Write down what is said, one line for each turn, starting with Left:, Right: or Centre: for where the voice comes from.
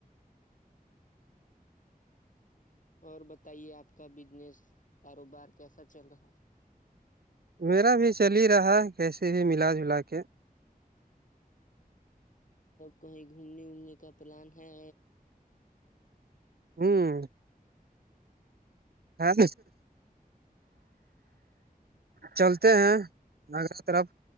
Left: اور بتائیے آپ کا بزنس کاروبار کیسا چل رہا ہے
Right: میرا بھی چل ہی رہا ہے کیسے بھی ملا جلا کے
Left: سب کہیں گھومنے وومنے کا پلان ہے
Right: ہمم ہاں چلتے ہیں نگرگر طرف